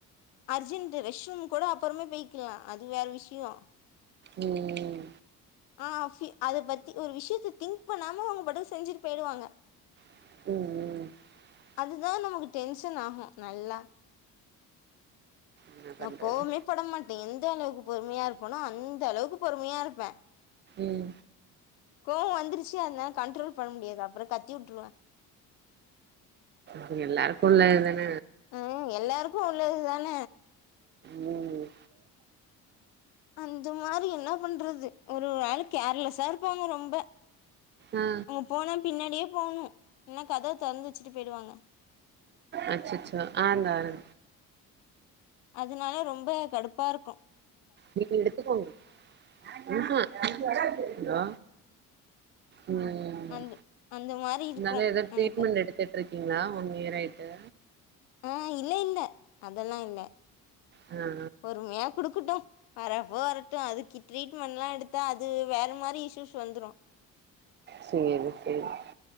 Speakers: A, on the left; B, on the right.
A: அர்ஜென்டு ரெஷ் ரூம் கூட அப்பறமா போய்க்லா அது வேற விஷ்யோ
B: ம் ம்
A: ஆ ஃபி அத பத்தி ஒரு விஷ்யத்த திங்க் பண்ணாம அவங்க பாட்டுக்கு செஞ்சிட் போயிருவாங்க
B: ம் ம்
A: அது தா நமக்கு டென்ஷனாகு நல்லா
B: என்ன
A: நா
B: பண்றது
A: கோவமே பட மாட்டே எந்தளவுக்கு பொறுமையா இருப்பனோ அந்தளவுக்கு பொறுமையா இருப்பே
B: ம்
A: கோவோ வந்துருச்சு அதனால் கண்ட்ரோல் பண்ண முடியாது அப்றோ கத்தி உட்ருவே
B: அது எல்லாருக்கு உள்ளது தான
A: ம் எல்லாருக்கு உள்ளது தான
B: ம்
A: அந்த மாரி என்ன பண்றது ஒரு ஒராளு கேர்லஸ்ஸா இருப்பாங்க ரொம்ப
B: ஆ
A: அவுங்க போனா பின்னாடியே போனு இன்னா கதவு தொறந்து வச்சுட்டு போயிடுவாங்க
B: அச்சச்சோ ஆ இந்தா வரே
A: அதுனால ரொம்ப கடுப்பா இருக்கு
B: நீங்க எடுத்துக்கோங்க ம்ஹூம் அலோ ம்
A: அந்த அந்த மாரி இருக்கும்
B: நல்லா எதாது
A: எனக்கு.
B: ட்ரீட்மெண்ட் எடுத்துட்ருக்கீங்களா ஒன் இயர் ஆய் ட்டு
A: ஆ இல்ல இல்ல அதெல்லா இல்ல
B: ஆ ஆ
A: பொறுமையா குடுக்கட்டு வரப்போ வரட்டு அதுக்கு ட்ரீட்மெண்ட்ல்லா எடுத்தா அது வேற மாரி இஷ்ஷுஸ் வந்துரு
B: சேரி சேரி